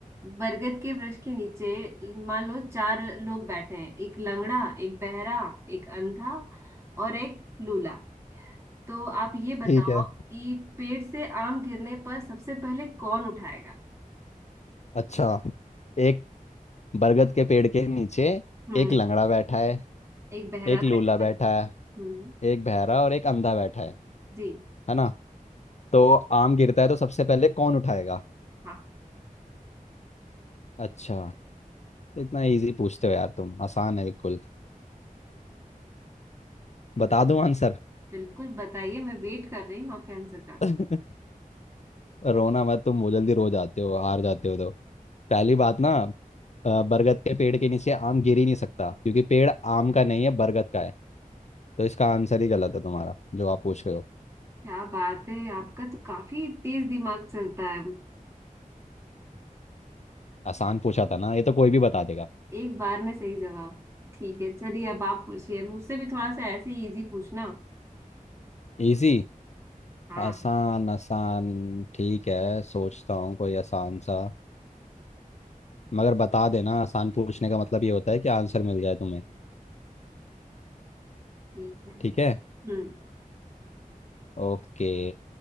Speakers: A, on the right; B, on the left.
A: बरगद के वृक्ष के नीचे मान लो चार लोग बैठे हैं एक लंगड़ा एक बहरा एक अंधा और एक लूला तो आप ये
B: ठीक
A: बताओ
B: है
A: कि पेड़ से आम गिरने पर सबसे पहले कौन उठाएगा
B: अच्छा एक बरगद के पेड़ के नीचे
A: हम्म
B: एक लंगड़ा बैठा है
A: एक बहरा
B: एक
A: बैठा
B: लूला बैठा
A: है
B: है
A: हम्म
B: एक बहरा और एक अंधा बैठा है
A: जी
B: है ना तो आम गिरता है तो सबसे पहले कौन उठाएगा
A: हाँ
B: अच्छा इतना इजी पूछते हो यार तुम आसान है बिल्कुल बता दूं आंसर
A: बिल्कुल बताइए मैं वेट कर रही हूँ आपके आंसर का
B: <laughs> रोना मत तुम वो जल्दी रो जाते हो हार जाते हो तो पहली बात ना अ, बरगद के पेड़ के नीचे आम गिर ही नहीं सकता क्योंकि पेड़ आम का नहीं है बरगद का है तो इसका आंसर ही गलत है तुम्हारा जो आप पूछ रहे हो
A: क्या बात है आपका तो काफी तेज दिमाग चलता है
B: आसान पूछा था ना ये तो कोई भी बता देगा
A: एक बार में सही जवाब ठीक है चलिए अब आप पूछिए मुझसे भी थोड़ा सा ऐसे ही इजी पूछना
B: इजी
A: हाँ
B: आसान आसान ठीक है सोचता हूँ कोई आसान सा मगर बता देना आसान पूछने का मतलब ये होता है कि आंसर मिल जाए तुम्हें
A: ठीक है
B: ठीक है
A: हम्म
B: ओके